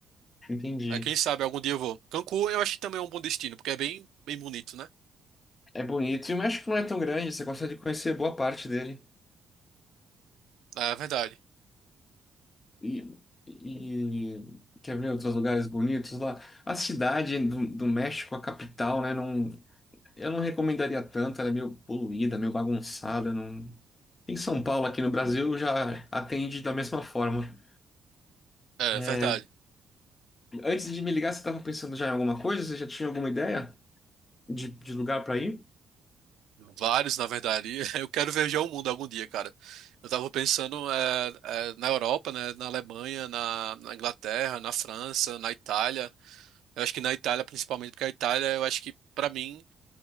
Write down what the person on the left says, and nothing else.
Entendi.
É bonito. E o México não é tão grande, você consegue conhecer boa parte dele.
E, e- quer ver outros lugares bonitos lá? A cidade do, do México, a capital, né? Não, eu não recomendaria tanto, ela é meio poluída, meio bagunçada. Não... Em São Paulo, aqui no Brasil, já atende da mesma forma.
É,
antes de me ligar, você estava pensando já em alguma coisa? Você já tinha alguma ideia de, de lugar para ir?